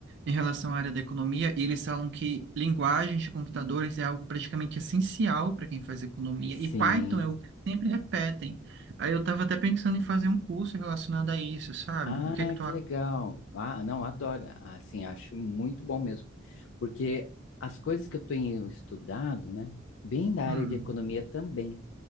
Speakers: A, on the right; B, on the left.
A: em relação à área da economia, e eles falam que linguagens de computadores é algo praticamente essencial para quem faz economia,
B: Sim.
A: e Python é o que sempre repetem. Aí eu tava até pensando em fazer um curso relacionado a isso, sabe?
B: Ah,
A: O que é que tu
B: que
A: acha?
B: legal. Ah, não, adoro. Assim, acho muito bom mesmo. Porque as coisas que eu tenho estudado, né, bem da
A: Hum,
B: área de economia também,